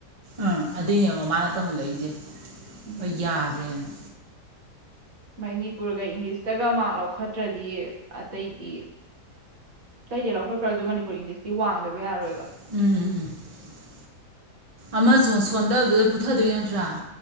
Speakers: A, on the right; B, on the right.
A: ꯎꯝ ꯑꯗꯨꯏꯅꯦꯕ ꯃꯃꯥꯅ ꯇꯧꯍꯜꯂꯛꯏꯖꯦ
B: ꯎꯝ
A: ꯍꯣꯏ ꯌꯥꯗ꯭ꯔꯦꯅ
B: ꯃꯅꯤꯄꯨꯔꯒ ꯏꯪꯂꯤꯁꯇꯒ ꯃꯥꯛ ꯂꯧꯈꯠꯇ꯭ꯔꯗꯤ ꯑꯇꯩꯗꯤ ꯑꯇꯩꯗꯤ ꯂꯧꯈꯠꯈ꯭ꯔꯁꯨ ꯃꯅꯤꯄꯨꯔ ꯏꯪꯂꯤꯁꯇꯤ ꯋꯥꯡꯗꯕ ꯌꯥꯔꯣꯏꯕ
A: ꯎꯝ ꯎꯝ ꯎꯝ ꯑꯃꯥꯁꯣ ꯁꯣꯟꯗꯕꯗꯨꯗ ꯄꯨꯊꯗꯣꯏ ꯅꯠꯇ꯭ꯔꯥ